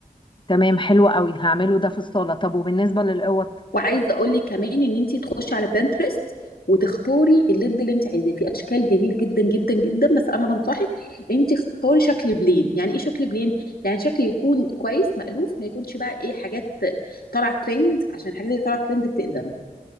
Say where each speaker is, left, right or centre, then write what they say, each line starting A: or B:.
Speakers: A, on the left; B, on the left.
A: تمام حلو قوي هعمله ده في الصالة طب وبالنسبة للاوض
B: وعايزه اقول لك كمان ان انت تخشي على بنترست وتختاري الليد اللي انت عايزاه في اشكال جميله جدا جدا جدا بس انا بنصحك انت اختاري شكل بلين يعني ايه شكل بلين يعني شكل يكون كويس مألوف ما يكونش بقى ايه حاجات طالعه ترند عشان الحاجات اللي طالعه ترند بتقدم